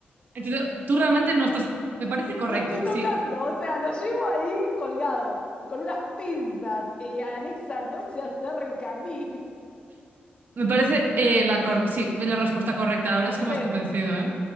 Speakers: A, on the right; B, on the left.
A: Entonces, tú realmente no estás. Me parece correcto,
B: lo estoy tocando,
A: sí.
B: o sea, lo llevo ahí colgado, con unas pinzas. Eh, Alexa, no se acerca a mí.
A: Me parece eh, la, cor- sí, la respuesta correcta. La verdad
B: No
A: es
B: sé,
A: que me has convencido, ¿eh?